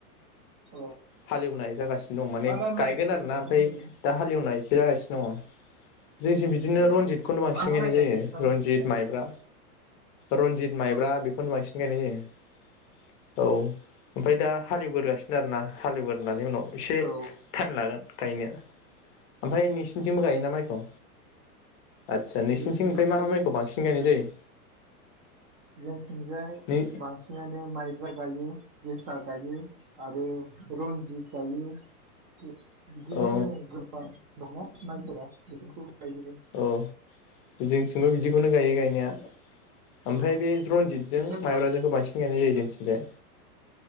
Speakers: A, on the right; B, on the left.
A: औ
B: हालेवनाय जागासिनो दं माने
A: मा मा माइ
B: गायगोन
A: गायो
B: आरोना
A: नोंथांमोनथिं
B: ओमफ्राय दा हालेवनाय एसे जागासिनो दङ जोंनिथि बिदिनो
A: औ
B: रनजितखौनो बांसिन
A: मा मा
B: गायनाय
A: माइ गायो
B: जायो
A: नोंथांमोनथिंलाय
B: रनजित माइब्रा रनजित, माइब्रा
A: औ
B: बेखौनो बांसिन गायनाय जायो औ ओमफ्राय दा हालेवग्रोगासिनो आरो ना हालेवगारनायनि उनाव एसे
A: औ
B: टाइम लागोन गायनो ओमफ्राय नोंसिनिथिंबो
A: उम
B: गायोना माइखौ आदसा नोंसिनिथिं
A: जोंथिंबो
B: ओमफ्राय
A: गायो
B: मा मा माइखौ बांसिन
A: जों
B: गायनाय जायो
A: जोंथिंजाय
B: नै
A: बांसिनानो माइब्रा गायो जोसा गायो आरो रन्जित गायो बिदिनो
B: औ
A: गोबां दङ ना मायफोरा बेफोरखौ गायजोबो
B: औ जोंथिंबो बिदिखौनो गायो गायनाया ओमफ्राय
A: औ
B: बे रनजितजों
A: नोंथांनाव
B: माइब्राजोंखौ बांसिन गायनाय जोंथिंजाय जायो